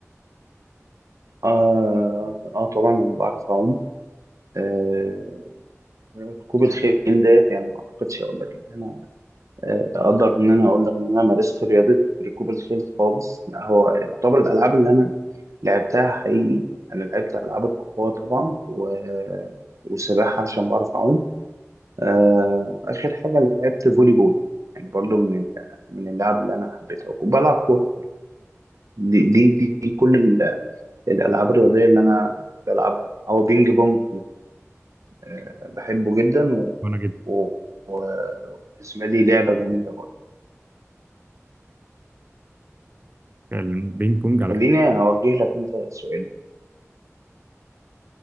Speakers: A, on the right; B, on the right.
A: اه اه طبعا انا بعرف اعوم آه ركوب الخيل ديت يعني ما اعتقدش اقول لك ان انا آه، اقدر ان انا اقول لك ان انا مارست رياضه ركوب الخيل خالص لا هو يعتبر الالعاب اللي انا لعبتها حقيقي انا لعبت العاب القوه طبعا و... وسباحه عشان بعرف اعوم آه... اخر حاجه لعبت فولي بول يعني برضو من ال... من اللعب اللي انا حبيتها وبلعب كوره دي دي دي دي كل ال... الالعاب الرياضيه اللي انا بلعبها او بينج بونج آه... بحبه جدا و...
B: وأنا جدا
A: و... وبالنسبه لي لعبه جميله برضه
B: البينج بونج على
A: خليني اوجه لك انت سؤال